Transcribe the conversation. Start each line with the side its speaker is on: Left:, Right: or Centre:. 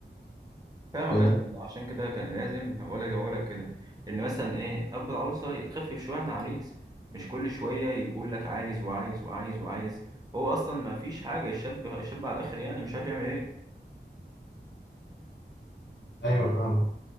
Right: فاهمك
Left: فاهم
Right: يا اسطى والله عشان كده كان لازم بقول لك بقول لك كده ان مثلا ايه اب العروسه يخفف شويه عن العريس مش كل شويه يقول لك عايز وعايز وعايز وعايز هو اصلا ما فيش حاجه الشاب الشاب على الاخر يعني مش عارف يعمل ايه
Left: أيوة فاهم